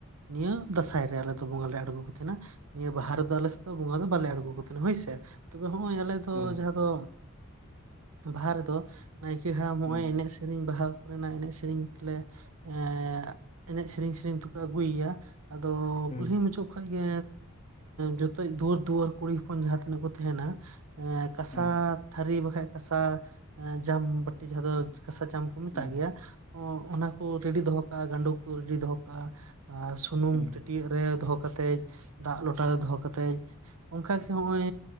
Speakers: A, on the right; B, on the left.
A: ᱱᱤᱭᱟᱹ ᱫᱟᱸᱥᱟᱭ ᱨᱮ ᱟᱞᱮᱫᱚ ᱵᱚᱸᱜᱟᱞᱮ ᱟᱬᱜᱚᱱ ᱛᱟᱦᱮᱱᱟ ᱱᱤᱭᱟᱹ ᱵᱟᱦᱟ ᱨᱮᱫᱚ ᱟᱞᱮᱥᱮᱫ ᱫᱚ ᱵᱚᱸᱜᱟ ᱫᱚ ᱵᱟᱞᱮ ᱟᱬᱜᱚ ᱠᱚ ᱛᱟᱦᱮᱫ ᱦᱚᱭᱥᱮ ᱛᱚᱵᱮ ᱟᱞᱮ ᱫᱚ
B: ᱦᱩᱸ
A: ᱡᱟᱦᱟ ᱛᱚ ᱵᱟᱦᱟ ᱨᱮᱫᱚ ᱱᱟᱭᱠᱮ ᱦᱟᱲᱟᱢ ᱦᱚᱜ-ᱚᱭ
B: ᱦᱩᱸ
A: ᱮᱱᱮᱡ ᱥᱮᱨᱮᱧ ᱵᱟᱦᱟ ᱚᱰᱮᱱᱟᱜ ᱮᱱᱮᱡ ᱥᱮᱨᱮᱧ ᱛᱮᱞᱮ ᱮᱸ ᱮᱱᱮᱡ ᱥᱮᱨᱮᱧ ᱥᱮᱨᱮᱧ ᱛᱮᱠᱚ ᱟᱹᱜᱩᱭᱭᱟ ᱟᱫᱚ
B: ᱦᱩᱸ
A: ᱠᱩᱞᱦᱤ ᱢᱩᱪᱟᱹᱫ ᱠᱷᱟᱡ ᱜᱮ ᱡᱚᱛᱚ ᱫᱩᱣᱟᱹᱨ ᱫᱩᱣᱟᱹᱨ ᱠᱩᱲᱤ ᱦᱚᱯᱚᱱ ᱡᱟᱦᱟᱸ ᱛᱤᱱᱟᱹᱜ ᱠᱚ ᱛᱟᱦᱮᱱᱟ ᱠᱟᱥᱟ
B: ᱦᱩᱸ
A: ᱛᱷᱟᱹᱨᱤ ᱵᱟᱠᱷᱟᱡ ᱠᱟᱥᱟ ᱡᱟᱢ ᱵᱟᱹᱴᱤ ᱡᱟᱦᱟᱸ ᱫᱚ ᱠᱟᱥᱟ ᱡᱚᱢ ᱢᱮᱛᱟᱜ
B: ᱦᱩᱸ
A: ᱜᱮᱭᱟ ᱚᱱᱟ ᱠᱚ ᱨᱤᱰᱤ ᱫᱚᱦᱚ ᱠᱟᱜ-ᱟ ᱜᱟᱸᱰᱳ ᱠᱚ ᱨᱤᱰᱤ ᱫᱚᱦᱚ ᱠᱟᱜ-ᱟ ᱟᱨ ᱥᱩᱱᱩᱢ
B: ᱦᱩᱸ
A: ᱴᱟᱹᱴᱭᱟᱹᱜ ᱨᱮ ᱫᱚᱦᱚ ᱠᱟᱛᱮᱡ ᱫᱟᱜ ᱞᱚᱴᱟᱨ ᱨᱮ ᱫᱚᱦᱚ ᱠᱟᱛᱮᱡ ᱵᱟᱝ ᱠᱷᱟᱡ ᱦᱚᱸᱜ ᱚᱭ